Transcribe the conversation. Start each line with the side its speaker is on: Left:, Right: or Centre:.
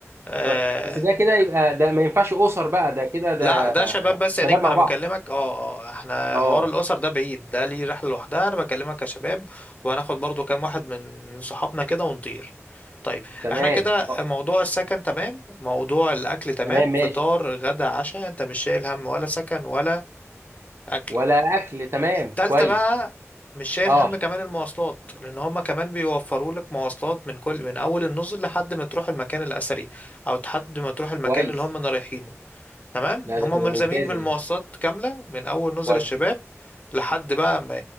Left: آه،
Right: كويس. بس ده كده يبقى ده ما ينفعش اسر بقى ده كده ده
Left: لا ده شباب بس يا
Right: شباب
Left: نجم
Right: مع
Left: انا
Right: بعض
Left: بكلمك اه آه، احنا
Right: اه
Left: حوار الاسر ده بعيد ده ليه رحله لوحدها انا بكلمك كشباب وهناخد برضو كام واحد من من صحابنا كده ونطير طيب
Right: تمام
Left: احنا كده
Right: اه
Left: موضوع السكن تمام موضوع الاكل تمام
Right: تمام ماشي
Left: فطار غدا عشاء انت مش شايل هم ولا سكن ولا اكل
Right: ولا اكل تمام
Left: التالتة
Right: كويس
Left: بقى مش شايل
Right: اه
Left: هم كمان المواصلات لان هما كمان بيوفروا لك مواصلات من كل من اول النزل لحد ما تروح المكان الاثري او لحد ما تروح المكان
Right: كويس
Left: اللي هما رايحينه تمام
Right: لا
Left: هم
Right: ده كده
Left: ملزمين
Right: ممتازه
Left: بالمواصلات
Right: دي
Left: كاملة من أول نزل
Right: كويس
Left: الشباب لحد بقى ما-